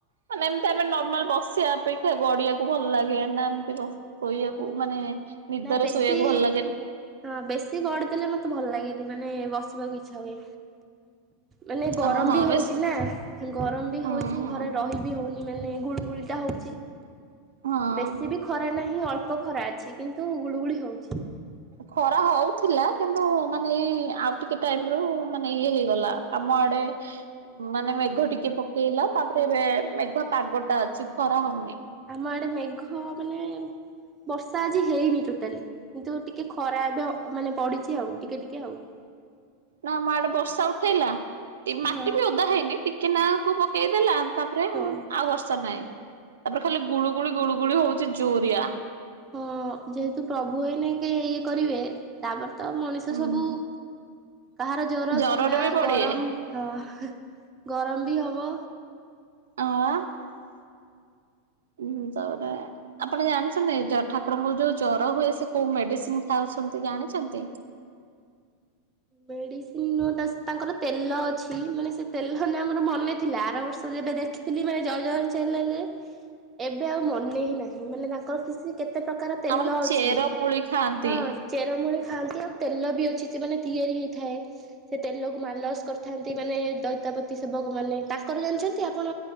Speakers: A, on the right (about 75°); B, on the right (about 20°).
A: ମାନେ ଏମତି ଆମେ ନର୍ମାଲ ବସି ସେ ଅପେକ୍ଷା ଗଡିଆକୁ ଭଲ ଲାଗେ ନା, ଏମିତି ଶୋଇବାକୁ ମାନେ ନିଦରେ
B: ନାଇ ବେଶୀ,
A: ଶୋଇବାକୁ ଭଲ ଲାଗେ
B: ହଁ, ବେଶୀ ଗଡିି ଦେଲେ, ମତେ ଭଲ ଲାଗେ। ମାନେ ବସିବାକୁ ଇଚ୍ଛା ହୁଏ। ମାନେ ଗରମ
A: ହଁ ହଁ
B: ବି ହଉଛି
A: ବେଶ
B: ନା, ଗରମ ବି
A: ହଁ
B: ହଉଛି
A: ହଁ
B: ଘରେ ରହି ବିି ହଉନି। ମାନେ ଗୁଳୁ ଗୁଳିଟା ହଉଛି,
A: ହଁ।
B: ବେଶୀ ବି ଖରା ନାହିଁ, ଅଳ୍ପ ଖରା ଅଛି। କିନ୍ତୁ ଗୁଳୁଗୁଳି ହଉଛି।
A: ଖରା ହଉଥିଲା। କିନ୍ତୁ ମାନେ ଏଇ ଆଉ ଟିକେ ଟାଇମ ରୁ ମାନେ ଇଏ ହେଇଗଲା, ଆମ ଆଡେ ମାନେ ମେଘ ଟିକେ ପକେଇଲା, ତାପରେ ଏବେ ମେଘ ପାଗ ଟା ଅଛି ଖରା ହଉନି।
B: ଆମ ଆଡେ ମେଘ, ମାନେ ବର୍ଷା ଆଜି ହେଇନି ଟୋଟାଲି କିନ୍ତୁ ଟିକେ ଖରାପ ମାନେ ପଡିଛି ଆଉ ଟିକେ ଟିକେ ଆଉ। <inaudible>
A: ନା ଆମ ଆଡେ ବର୍ଷା ଉଠେଇଲା, ଏ ମାଟି
B: ହଁ
A: ବି ଓଦା ହେଇନି ଟିକେ ନାକୁ ପକେଇଦେଲା ତାପରେ ଆଉ
B: ହଁ
A: ବର୍ଷା ନାହିଁ, ତାପରେ ଖାଲି ଗୁଳୁଗୁଳି, ଗୁଳୁଗୁଳି ହଉଛି ଜୋରିଆ।
B: ହଁ ଯେହେତୁ ପ୍ରଭୁ ହେଇନେ ଇଏ କରିବେ ତାପରେ ତ ମଣିଷ
A: ହୁଁ
B: ସବୁ କାହାର ଜର
A: ଜରରେ
B: ଥଣ୍ଡା
A: ବି ପଡିବେ
B: ଗରମ ହ ଗରମ ବି ହବ।
A: ହଅ <unintelligible> ହୁଁ ତାପରେ ଆପଣ ଜାଣିଛନ୍ତି ଠାକୁରଙ୍କ ଯୋଉ ଜର ହୁଏ ସେ କୋଉ ମେଡିସିନ ଖାଉଛନ୍ତି ଜାଣିଛନ୍ତି?
B: ମେଡିସିନ ନୁହଁ ତାଙ୍କର ତେଲ ଅଛି। ମାନେ ସେ ତେଲ ନା ମୋର ମନେ ଥିଲା, ଆର ବର୍ଷ ଯେବେ ଦେଖିଥିଲି ମାନେ ଜୟ ଜଗ୍ନନାଥ ଚାନେଲରେ ଏବେ ଆଉ ମନେ ହିଁ ନାହିଁ ମାନେ ତାଙ୍କର କିଛି କେତେ ପ୍ରକାର ତେଲ
A: ଆମର
B: ଅଛି,
A: ଚେର ମୁଳି ଖାଆନ୍ତି।
B: ହଁ ଚେରମୂଳି ଥାନ୍ତି ଆଉ ତେଲ ବି ଅଛି ସେ ମାନେ ତିଆରି ହେଇଥାଏ, ସେ ତେଲକୁ ମାଲସ କରିଥାନ୍ତି ମାନେ ଚଇତାପତି ସେବକମାନେ, ତାଙ୍କର ଜାଣିଛନ୍ତି ଆପଣ